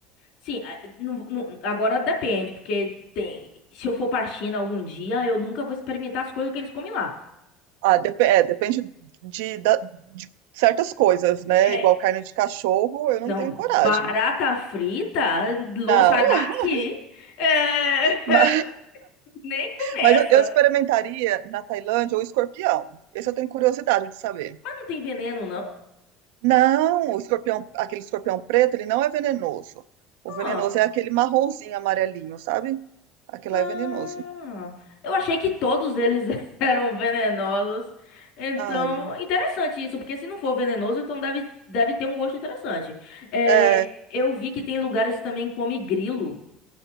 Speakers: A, on the left; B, on the right.
A: Sim, a- não- não- agora depende, porque tem, se eu for para a China algum dia, eu nunca vou experimentar as coisas que eles comem lá.
B: Ah, depe- é, depende de, da- de certas coisas, né?
A: É,
B: Igual carne de cachorro, eu não
A: não,
B: tenho coragem.
A: barata frita, lo-
B: Ah,
A: sai
B: uh,
A: daqui. É, <laughs>
B: <laughs> ma-
A: nem começa.
B: mas, eu, eu experimentaria na Tailândia o escorpião. Esse eu tenho curiosidade de saber.
A: Mas não tem veneno, não?
B: Não, o escorpião, aquele escorpião preto, ele não é venenoso. O venenoso
A: Ah,
B: é aquele marronzinho, amarelinho, sabe? Aquele
A: ah,
B: lá é venenoso.
A: eu achei que todos eles <laughs> eram venenosos. Então,
B: Ai,
A: interessante isso, porque se não for venenoso, então deve, deve ter um gosto interessante. É,
B: é
A: eu vi que tem lugares que também come grilo.